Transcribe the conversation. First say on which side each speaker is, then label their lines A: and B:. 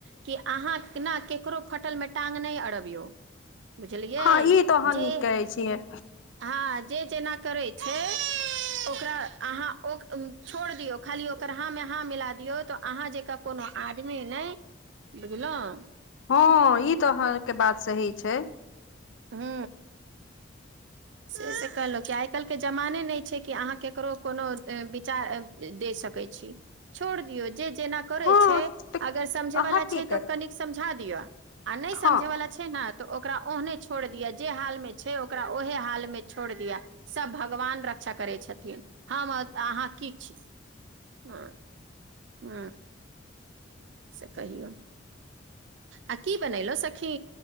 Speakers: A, on the right (about 65°); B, on the left (about 75°).
A: कि अहाँ ने ककरो फटल मे टाँग नहि अड़बियौ। बुझलियै,
B: हँ ई तऽ अहाँ
A: जे,
B: नीक कहै छियै
A: हँ, जे जेना करैत छै, ओकरा अहाँ छोड़ दियौ खाली ओकर हाँ मे हाँ मिला दियौ, तऽ अहाँ जेकाँ कोनो आदमी नहि, बुझलहुँ।
B: हँ ई तऽ अहाँके बात सही छै।
A: हँ। से तऽ कहलहुँ कि आइ काल्हिके जमाने नहि छै कि अहाँ ककरो कोनो विचार दे सकैत छी छोड़ दियौ जे जेना करे
B: हँ
A: छै
B: तऽ
A: अगर समझे
B: अहाँ
A: वाला
B: की
A: छै तऽ
B: करब
A: कन समझा दियअ आ नहि समझे
B: हँ
A: वाला छै ने तऽ ओकरा ओहने छोड़ दिय जे हाल में छै ओकरा ओहे ह हाल मे छोड़ दिया सब भगवान रक्षा करै छथिन। हम अहाँ की छी। हँ। हँ। से कहियौ। आ कि बनैलऊ सखी।